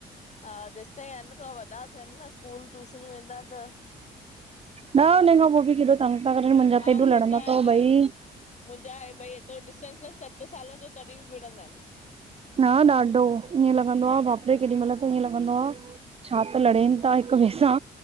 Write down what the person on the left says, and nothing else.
हा जेस ताईं आहे न थो वॾा थियनि न स्कूल टूशनियूं वेंदा त
हा
उहो
आहे
भई
मुंहिंजा ॿई एतिरो डिस्टेंस सत सालनि जो तॾहिं बि विणंदा आहिन।